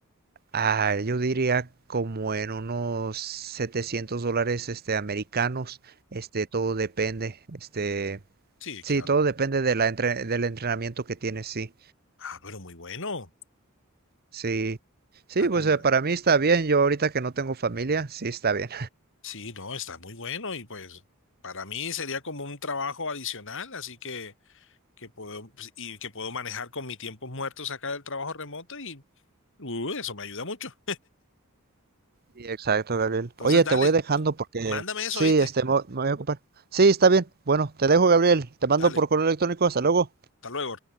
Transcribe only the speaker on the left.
Sí,
claro.
Ah, pero muy bueno.
A
conver-
Sí, no, está muy bueno y pues para mí sería como un trabajo adicional, así que que puedo pues, y que puedo manejar con mis tiempos muertos acá del trabajo remoto y Uy, eso me ayuda mucho.
Entonces,
dale,
mándame eso,
¿viste?
Dale,
hasta luego.